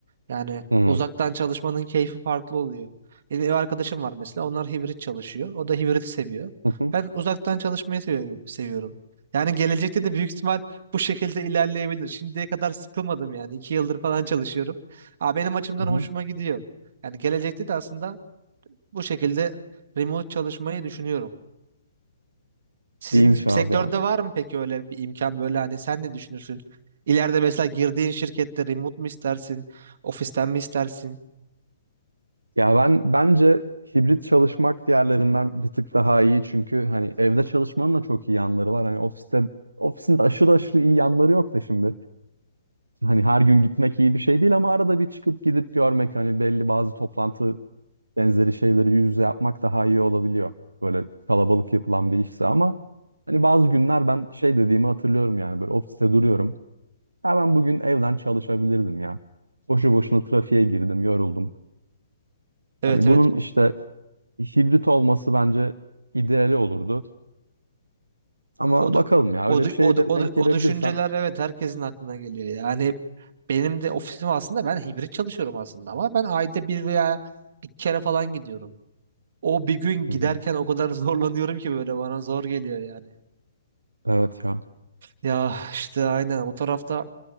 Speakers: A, on the right (about 45°); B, on the right (about 75°).
A: Yani
B: Hı
A: uzaktan çalışmanın keyfi farklı oluyor. Benim ev arkadaşım var mesela. Onlar hibrit çalışıyor. O da hibriti seviyor.
B: hı.
A: Ben uzaktan çalışmayı seviyorum. seviyorum. Yani gelecekte de büyük ihtimal bu şekilde ilerleyebilir. Şimdiye kadar sıkılmadım yani. İki yıldır falan çalışıyorum. Aa, benim açımdan
B: Hı hı.
A: hoşuma gidiyor. Yani gelecekte de aslında bu şekilde remote çalışmayı düşünüyorum. Sizin
B: İyiymiş
A: sektörde
B: abi ya.
A: var mı peki öyle bir imkan böyle hani sen ne düşünürsün? İleride mesela girdiğin şirkette remote mu istersin? Ofisten mi istersin?
B: Ya ben bence hibrit çalışmak diğerlerinden bir tık daha iyi çünkü hani evde çalışmanın da çok iyi yanları var. Hani ofiste ofisin de aşırı aşırı iyi yanları yok da şimdi. Hani her gün gitmek iyi bir şey değil ama arada bir çıkıp gidip görmek hani belli bazı toplantı benzeri şeyleri yüz yüze yapmak daha iyi olabiliyor. Böyle kalabalık yapılan bir işse ama hani bazı günler ben şey dediğimi hatırlıyorum yani böyle ofiste duruyorum. Ha ben bugün evden çalışabilirdim ya. Boşu boşuna trafiğe girdim, yoruldum.
A: Evet
B: Hani
A: evet
B: bunun işte hibrit olması bence ideali olurdu. Ama
A: O, du-
B: bakalım ya
A: o,
B: öyle
A: du-
B: bir şeye
A: o, du-
B: de
A: o,
B: denk
A: du- o
B: gelebilirsem.
A: düşünceler evet herkesin aklına geliyor. Yani benim de ofisim aslında ben hibrit çalışıyorum aslında ama ben ayda bir veya iki kere falan gidiyorum. O bir gün
B: Hı
A: giderken
B: hı.
A: o kadar <laughs> zorlanıyorum ki böyle bana zor geliyor yani.
B: Evet ya.
A: Ya işte aynen o tarafta